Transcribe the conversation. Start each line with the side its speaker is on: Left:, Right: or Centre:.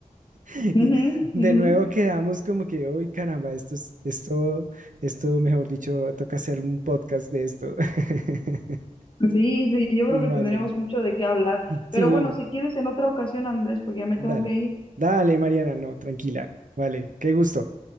Right: <laughs>
Left: ujú,
Right: De
Left: ujú.
Right: nuevo quedamos como que, uy, caramba, esto es, esto, esto, mejor dicho, toca hacer un podcast de esto. <laughs>
Left: Sí, sí, yo creo
Right: Y
Left: que
Right: Mariana,
Left: tendríamos mucho de qué hablar.
Right: sí,
Left: Pero bueno, si quieres en otra ocasión, Andrés, porque ya me
Right: dale,
Left: tengo que ir.
Right: dale, Mariana, no, tranquila, vale, qué gusto.